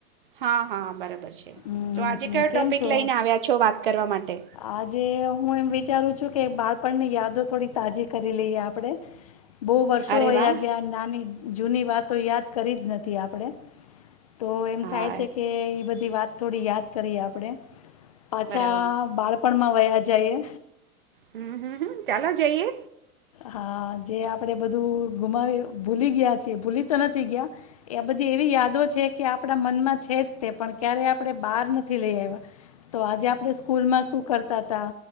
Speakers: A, on the right; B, on the left.
A: હા હા બરાબર.
B: હમ
A: તો આજે
B: હમ
A: કયો ટોપિક
B: કેમ છો
A: લઈને આવ્યા છો વાત કરવા માટે?
B: આજે હું એમ વિચારું છું કે બાળપણની યાદો થોડી તાજી કરી લઈએ આપણે. બહુ વર્ષો
A: અરે
B: વયા
A: વાહ
B: ગયા નાની જૂની વાતો યાદ કરી જ નથી આપણેે તો એમ
A: હા
B: થાય છે કે એ બધી વાત થોડી યાદ કરીએ આપડે. પાછા
A: બરાબર
B: બાળપણમાં વયા જઈએ.
A: હમ હમ હમ ચાલો જઈએ
B: હા જે આપણે બધું ગુમાવી ભૂલી ગયા છીએ ભૂલી તો નથી ગયા એ બધી એવી યાદો છે કે આપણા મનમાં છે જ તે પણ ક્યારે આપણે બહાર નથી લઈ આવ્યા તો આજે આપણે સ્કૂલમાં શું કરતા હતા